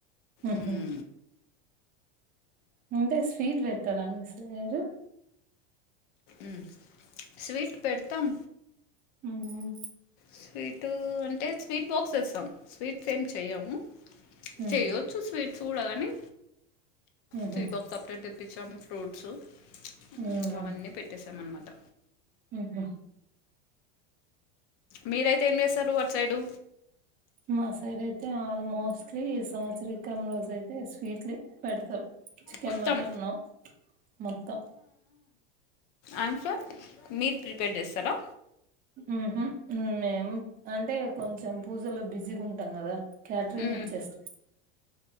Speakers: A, on the right; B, on the left.
A: హుహు.
B: ఉహూ
A: అంటే స్వీటు బెట్టర అనేసి మీరు
B: ఊ స్వీటు పెడ్తాం
A: ఉహూ
B: స్వీటూ అంటే స్వీట్ బాక్స్ దెస్సం స్వీట్స్ ఏమ్ చెయ్యము
A: హ్మ్.
B: చెయ్యొచ్చు స్వీట్సు గుడా గనీ
A: హుహు.
B: స్వీట్ బాక్స్ సప్రేట్ దెప్పిచ్చాం ఫ్రూట్సు
A: హ్మ్.
B: ఇంకా అవన్నీ పెట్టేసాం అన్మాట
A: ఊహ
B: మీరైతే ఏం ఏస్తారు అట్ సైడూ
A: మా సైడ్ అయితే ఆల్మోస్ట్లీ ఈ సంవత్సరికం రోజు అయితే స్వీట్లే పెడతారు చికెన్
B: మొత్తం
A: మటన్న మొత్తం
B: ఆం ఫర్ మీట్ ప్రిపేర్ చేస్తారా
A: ఊహు మేం అంటే కొంచెం పూజలో బిజీగా ఉంటాం కదా క్యాటరింగ్
B: హ్మ్.
A: ఇచ్చేస్తా